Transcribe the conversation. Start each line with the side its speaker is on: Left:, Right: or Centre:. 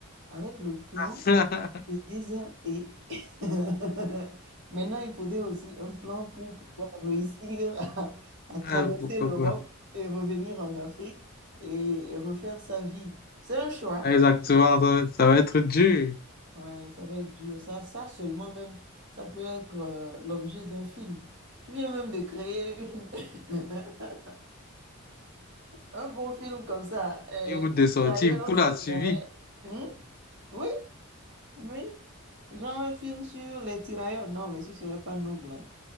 Right: avec le plan
Left: <laughs>
Right: de déserter. <laughs> Maintenant, il faudrait aussi un plan pour pouvoir réussir à, à traverser
Left: Euh, Pourquoi
Right: l'Europe
Left: pas?
Right: et revenir en Afrique et, et refaire sa vie. C'est un choix.
Left: Ah, Exactement, ça, va ça va être dur.
Right: Ouais, ça va être dur. Ça, ça seulement même, ça peut être euh, l'objet d'un film. Tu viens même de créer une... <laughs> un bon film comme ça. Euh,
Left: Une route de
Right: L'extérieur,
Left: sortie pour
Right: c'est
Left: la suivi.
Right: le garet. Hum? Oui, oui. Genre un film sur les tirailleurs. Non, mais ce serait pas noble. hein.